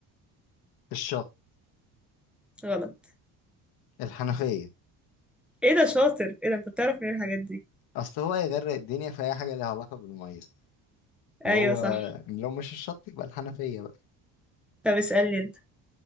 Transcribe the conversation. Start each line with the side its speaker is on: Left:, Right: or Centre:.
Left: الشط
Centre: غلط
Left: الحنفية
Centre: ايه ده شاطر ايه ده انت بتعرف منين الحاجات دي
Left: أصل هو هيغرق الدنيا في أي حاجة ليها علاقة بالمية فهو
Centre: ايوه صح
Left: لو مش الشط يبقى الحنفية بقى
Centre: طب اسألني انت